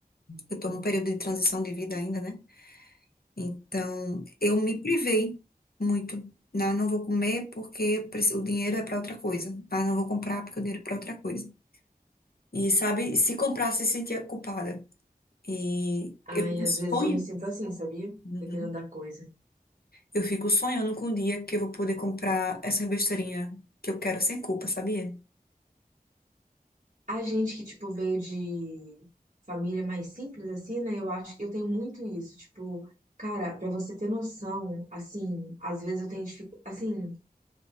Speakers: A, on the left; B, on the right.
A: Eu tô num período de transição de vida ainda, né? Então, eu me privei muito. Não, não vou comer porque eu preciso- o dinheiro é para outra coisa. Ah, não vou comprar porque o dinheiro é para outra coisa. E sabe, se comprasse, sentia culpada. E
B: Ai,
A: eu
B: às vezes
A: sonho
B: eu me sinto assim, sabia?
A: Uhum.
B: Dependendo da coisa.
A: Eu fico sonhando com um dia que eu vou poder comprar essa besteirinha que eu quero sem culpa, sabia?
B: A gente que, tipo, veio de família mais simples, assim, né? Eu acho que eu tenho muito isso. Tipo, cara, pra você ter noção, assim, às vezes eu tenho dificuldade, assim,